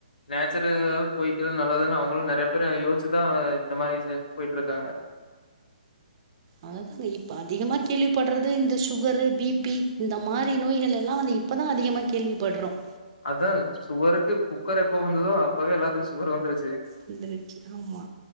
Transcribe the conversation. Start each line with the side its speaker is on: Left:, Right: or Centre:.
Left: நேச்சுரல் <inaudible> நல்லதுன்னு அவங்களும் நிறைய பேர யோசிச்சுதான் இந்த மாதிரி <inaudible> போயிட்ருக்காங்க
Right: ஆ அததா இப்ப அதிகமா கேள்விப்படுறது இந்த சுகரு பிபி இந்த மாதிரி நோய்கள் எல்லாம் வந்து இப்பதான் அதிகமா கேள்விப்படுறோம்
Left: அதான் சுகருக்கு குக்கர் எப்போ வந்துதோ அப்போவே எல்லாத்துக்கும் சுகர் வந்துருச்சு
Right: வந்துருச்சு ஆமா